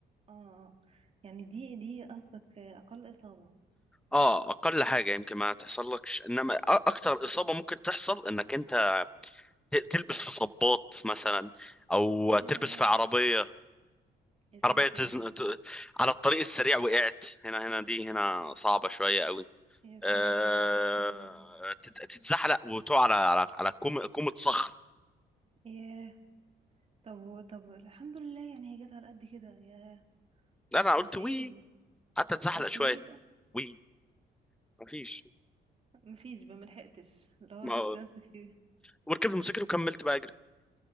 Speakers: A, on the right; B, in the centre.
A: اه آه. يعني دي دي قصدك اقل اصابة
B: اه اقل حاجه يمكن ما تحصلكش انما أ- اكتر اصابه ممكن تحصل انك انت ت- تلبس في صباط مثلا او
A: يا
B: تلبس في عربيه
A: يا ساتر
B: عربيه تزن...
A: يا رب
B: ت- على الطريق السريع وقعت هنا هنا دي هنا صعبه شويه قوي
A: يا ساتر
B: أه...
A: يا ساتر يا رب
B: تت- تتزحلق وتقع على على على كوم... كومة صخر
A: ياه طب طب الحمد لله يعني هي جت على قد كده يا
B: لا انا قلت
A: انت ايه
B: وي
A: يا ابني
B: قعدت اتزحلق
A: قلت
B: شويه
A: ويه بقى
B: وي مفيش
A: مفيش بقى ملحقتش اللي هو
B: ما
A: شفت نفسك فيه
B: وركبت الموتوسيكل وكملت بقى اجري